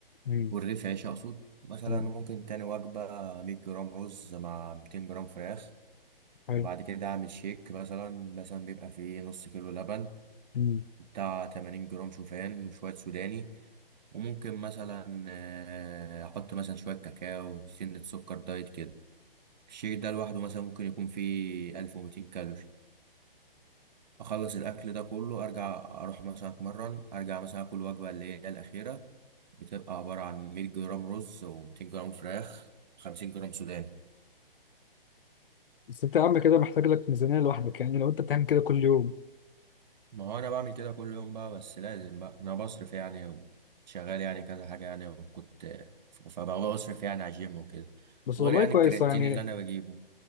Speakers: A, on the left (about 65°); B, on the right (about 50°).
A: مم.
B: ورغيف عيش أقصد مثلا
A: مم.
B: ممكن تاني وجبة 100 جرام رز مع 200 جرام فراخ
A: حلو
B: وبعد كده أعمل شيك مثلا مثلا بيبقى فيه نص كيلو لبن
A: مم.
B: بتاع 80 جرام شوفان وشوية سوداني وممكن مثلا آه، أحط مثلا شوية كاكاو سنة سكر دايت كده الشيك ده لوحده مثلا ممكن يكون فيه 1200 كالوري اخلص الاكل ده كله ارجع اروح مثلا اتمرن ارجع مثلا اكل وجبه اللي هي الاخيره بتبقى عباره عن 100 جرام رز و200 جرام فراخ و50 جرام سوداني
A: بس انت يا عم كده محتاج لك ميزانيه لوحدك يعني لو انت بتعمل كده كل يوم
B: ما هو انا بعمل كده كل يوم بقى بس لازم بقى انا بصرف يعني شغال يعني كذا حاجه يعني وكنت فبقى بصرف يعني على الجيم وكده
A: بس
B: وغير
A: والله
B: يعني
A: كويس
B: الكرياتين
A: يعني
B: اللي انا بجيبه